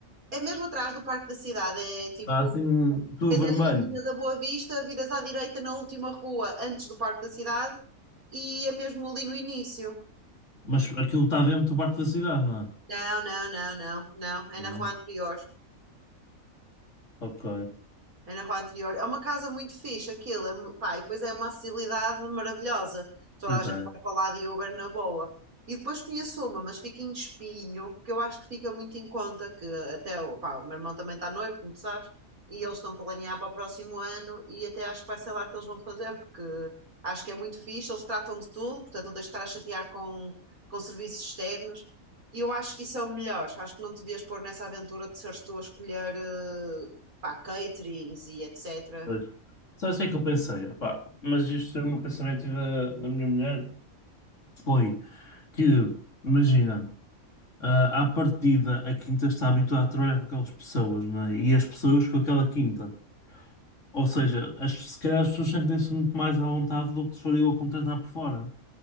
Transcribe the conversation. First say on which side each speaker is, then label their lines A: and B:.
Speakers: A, on the right; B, on the left.
A: é mesmo atrás do Parque da Cidade. É tipo,
B: Está assim, tudo
A: quem desce
B: vermelho.
A: a Avenida da Boa Vista, viras à direita na última rua antes do Parque da Cidade e é mesmo ali no início.
B: Mas aquilo está dentro do parque da cidade, não é?
A: Não, não, não, não, não. É
B: Não.
A: na rua anterior.
B: Ok.
A: É na rua anterior. É uma casa muito fixe, aquilo. É, mu- pá, e depois é uma acessibilidade maravilhosa. Toda
B: Pois
A: a gente
B: é.
A: vai para lá de Uber na boa. E depois conheço uma, mas fica em Espinho, que eu acho que fica muito em conta, que até o, pá, o meu irmão também está noivo, como tu sabes, e eles estão a planear para o próximo ano, e até acho que vai ser lá que eles vão fazer, porque acho que é muito fixe, eles tratam de tudo, portanto não tens de estar a chatear com, com serviços externos, e eu acho que isso é o melhor. Acho que não te devias pôr nessa aventura de seres tu a escolher eh, pá, caterings e etc.
B: Pois. Sabes o que é que eu pensei? Epá, mas isto foi o meu pensamento e da, da minha mulher. foi que, imagina, ah, à partida a quinta está habituada a trabalhar com aquelas pessoas, né? E as pessoas com aquela quinta. Ou seja, as, se calhar as pessoas sentem-se muito mais à vontade do que se for eu a contratar por fora.